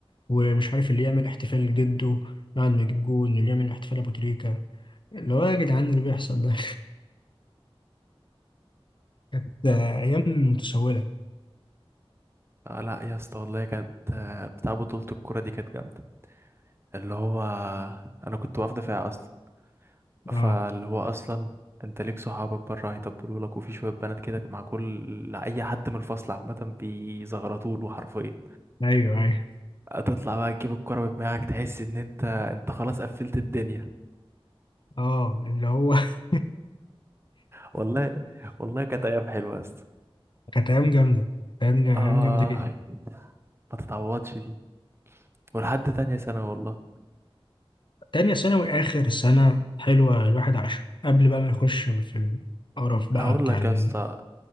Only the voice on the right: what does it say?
آه لا يا اسطى والله كانت آه، بتاع بطولة الكورة دي كانت جامدة اللي هو أنا كنت واقف دفاع أصلا
فاللي هو أصلا أنت ليك صحابك بره هيطبلوا لك وفي شوية بنات كده مع كل أي حد من الفصل عامة بيزغرطوا له حرفيا
هتطلع بقى تجيب الكورة بدماغك تحس إن أنت أنت خلاص قفلت الدنيا
والله والله كانت أيام حلوة يا اسطى
آه
ما تتعوضش دي ولحد تانية سنة والله
هقول
لك
يا اسطى